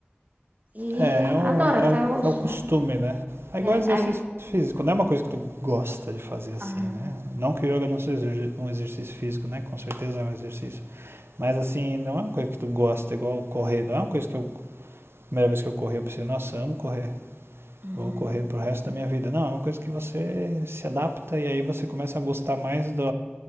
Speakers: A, on the right; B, on the right.
A: E
B: É, é, um,
A: adoro até
B: é, o,
A: hoje,
B: é o costume,
A: né?
B: né? É
A: É,
B: igual exercício
A: aí.
B: físico, não é uma coisa que tu gosta de fazer assim,
A: Aham,
B: né? Não que o yoga não seja exer- um exercício físico, né? Com certeza é um exercício. Mas assim, não é uma coisa que tu gosta, igual correr. Não é uma coisa que eu, a primeira vez que eu corri, eu pensei, nossa, amo correr.
A: uhum,
B: Vou correr pro resto da minha vida. Não, é uma coisa que você se adapta e aí você começa a gostar mais do,